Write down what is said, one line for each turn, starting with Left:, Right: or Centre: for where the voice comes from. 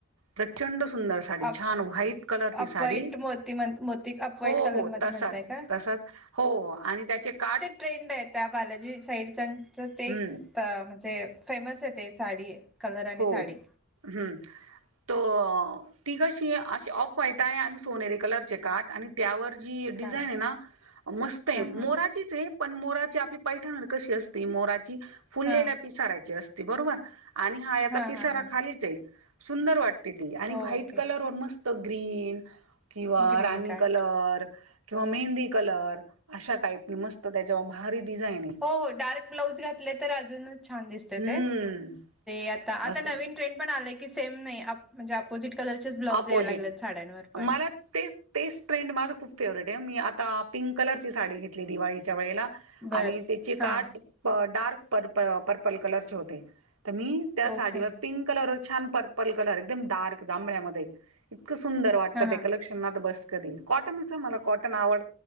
Right: प्रचंड सुंदर साडी
Centre: अप
Right: छान व्हाईट कलरची
Centre: अपवाईट
Right: साडी,
Centre: मोती म्हण मोती अपवाईट
Right: हो
Centre: कलरमध्ये
Right: हो तसाच
Centre: म्हणताय का
Right: तसाच हो आणि त्याचे काठ
Centre: ट्रेन्डय त्या बालाजी साईडच्यांच ते
Right: हम्म
Centre: तर म्हणजे फेमसय ते साडी कलर आणि
Right: हो
Centre: साडी
Right: हम्म तो ती कशी अशी ऑफ व्हाईट आहे आणि सोनेरीे कलरचे काठ आणि त्यावर जी डिझाईनय
Centre: काय
Right: ना मस्तय
Centre: हां,
Right: मोराचीचय
Centre: हां.
Right: पण मोराची आपली पैठण कशी असते मोराची फुललेल्या
Centre: हां.
Right: पिसारायची अस बरोबर आणि हा याचा
Centre: हां,
Right: पिसारा
Centre: हां, हां.
Right: खालीचय, सुंदर वाट आणि
Centre: ओके.
Right: व्हाईट कलरवर मस्त ग्रीन किंवा
Centre: ग्रीन
Right: राणी
Centre: कार्ट.
Right: कलर किंवा मेहंदी कलर अशा टाईपने मस्त तर त्याच्यावर भारी डिझाईनय
Centre: हो हो डार्क ब्लाऊज घातले तर अजूनच छान दिसतं
Right: हम्म
Centre: ते आत्ता ते आता
Right: असं
Centre: नवीन ट्रेंड पण आले की सेम नाही म्हणजे अपोजिट कलरचेच ब्लाउज
Right: अपोजिट
Centre: याय लागलेत साड्यांवर पण
Right: मला तेच तेच ट्रेंड माझं खूप फेवरेटय, मी आता पिंक कलरची साडी घेतली दिवाळीच्या वेळेला
Centre: बरं.
Right: आणि त्याचे
Centre: हां.
Right: काट डार्क प पर्पल कलरचे होते, तर मी त्या साडीवर
Centre: ओके.
Right: पिंक कलर व छान पर्पल कलर एकदम डार्क जांभळ्यामध्ये इतकं सुंदर वाटतं
Centre: हां,
Right: ते
Centre: हां.
Right: कलेक्शन आता बस कधी कॉटनच मला कॉटन आवड